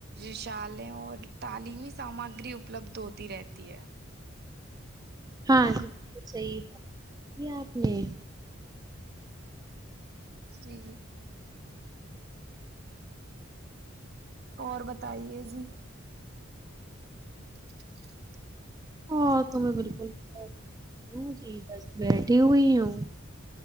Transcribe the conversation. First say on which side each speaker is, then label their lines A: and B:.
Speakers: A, on the right; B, on the right.
A: رشالیں اور تعلیمی سامگری اپلبدھ ہوتی رہتی ہے
B: ہاں جی بالکل صحیح تھا کیا آپ نے
A: جی اور بتائیے جی ہ
B: اور تو میں بالکل ہوں جی بس بیٹھی ہوئی ہوں